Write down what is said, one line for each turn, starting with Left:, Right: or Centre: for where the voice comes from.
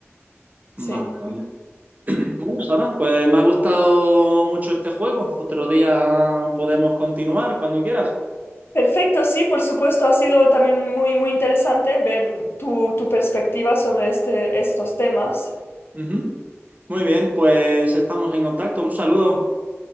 Right: Vale,
Left: Sí.
Right: vale. Bueno, Sara, pues me ha gustado mucho este juego. Otro día podemos continuar cuando quieras.
Left: Perfecto, sí, por supuesto, ha sido también muy, muy interesante ver tu, tu perspectiva sobre este, estos temas.
Right: Ujú. Muy bien, pues estamos en contacto. Un saludo.